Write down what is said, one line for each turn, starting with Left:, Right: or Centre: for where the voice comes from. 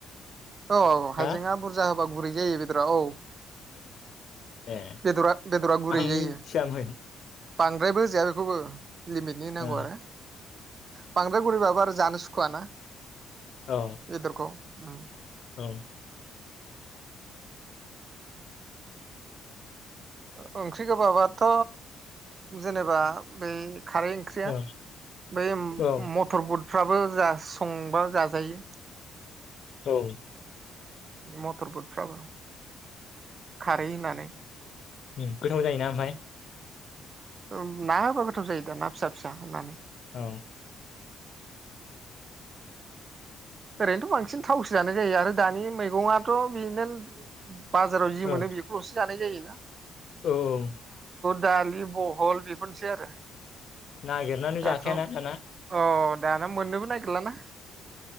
Right: औ औ औ हायजेंआ
Left: हा
Right: बुरजा होबा गुरै जायो बेदरा औ।
Left: ए
Right: बेदरा बेदरा गुरै
Left: आं
Right: जायो।
Left: मिथियामोन
Right: बांद्रायबो होजाया बेखौबो। लिमिटनि होनांगौ
Left: ओ
Right: आरो। बांद्राय गुरै बाबो आरो जानो सुखुवाना।
Left: औ
Right: बेदरखौ। उम।
Left: औ।
Right: ओ ओंख्रि गोबाबाथ' जेनेबा बै। खारै ओंख्रिया
Left: औ
Right: बै
Left: औ
Right: मथरबो। फ्राबो जास संबा जाजायो।
Left: औ।
Right: मटर बुटफ्राबो खारै होनानै।
Left: उम गोथाव जायोना ओमफाय।
Right: ओं ना होबा गोथाव जायो दा ना फिसा फिसा होनानै।
Left: औ।
Right: ओरैनोथ' बांसिन थावस जानो जायो आरो दानि मैगङाथ' बिनो बाजाराव जि
Left: औ
Right: मोनो बेखौल'सो जानाय जायो। <inaudible>
Left: औ औ।
Right: दालि बहल बेफोरनोसै आरो।
Left: नागिरनानै
Right: दाथ'
Left: जाखायाना दाना।
Right: अ दाना मोननोबो नागिरलाना।